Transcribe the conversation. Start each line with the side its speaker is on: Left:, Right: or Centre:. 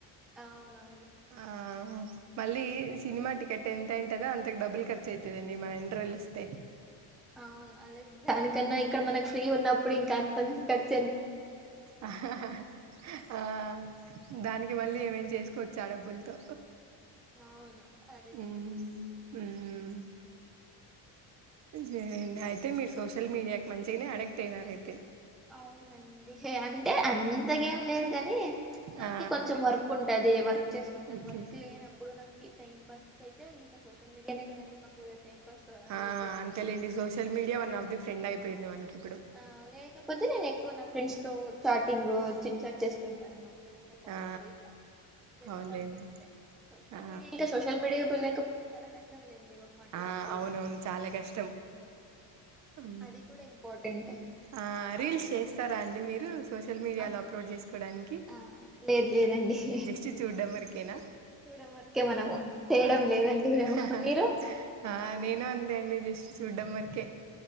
Centre: అవునవును
Right: ఆ మళ్ళీ సినిమా టికెట్ ఎంత అయింటదో అం తకి డబుల్ ఖర్చు అయితుది అండి మా ఇంటర్వెల్ వస్తే
Centre: అవును అదే దానికన్నా ఇక్కడ మనకు ఫ్రీ ఉన్నప్పుడు ఇంకా అంత త
Right: ఆ హా హా హా ఆ దానికి మళ్ళీ ఏమైనా తీసుకోవచ్చు ఆ డబ్బులతో
Centre: అవును అది నిజమే
Right: ఉమ్ ఉమ్ సరే అండి అయితే మీరు సోషల్ మీడియాకి మంచిగానే అడక్ట్ అయినార అయితే
Centre: అవు నండి అంటే అంతగా ఏం లేదు కానీ నాకి
Right: ఆ
Centre: కొంచెం వర్క్ ఉంటాది వర్క్ చేసుకుంటాను
Right: ఓకే
Centre: వర్క్ లేనప్పుడు నాకి టైం పాస్ అయితే ఇంకా సోషల్ మీడియానే కదండి మాకు టైం పాస్
Right: ఆ
Centre: అయ్యేది ఎక్కువ
Right: అంతేలెండి social media one of the friend అయి పోయింది మనకి ఇప్పుడు
Centre: ఆ లేకపోతే నేను ఎక్కువ నఫ్ ఫ్రెండ్స్ తో చాటింగ్ చిట్ చాట్ చేస్తుంటాను లేదంటే కాల్స్
Right: ఆ
Centre: పావ్ ఇట్లా జరుపుతా
Right: అవునులేండి
Centre: ఉంటాయి అంతే సోషల్
Right: ఆ
Centre: మీడియా ఇంకా సోషల్ మీడియా పోలేకపోతే చాలా కష్టం లేండి ఒక మాటలో
Right: ఆ
Centre: చెప్పుకోవాలంటే
Right: అవునవును చాలా కష్టం
Centre: ఉమ్,
Right: ఆ
Centre: అది కూడా ఇంపార్టెంటే
Right: ఆ రీల్స్
Centre: అన్ని
Right: చేస్తారా
Centre: మనం యూస్
Right: అండి మీరు సోషల్ మీడియాలో
Centre: ఆహా
Right: అప్లోడ్ చేసుకోడానికి
Centre: ఆ లేదు లేదండి
Right: జస్ట్ చూడ్డం వరకేనా
Centre: చూడడం వరకే మనము చేయడం
Right: ఆ
Centre: లేదండి మేము
Right: హా హా
Centre: మీరు
Right: ఆ నేను అంతే అండి జష్ట్ చూడ్డం వరకే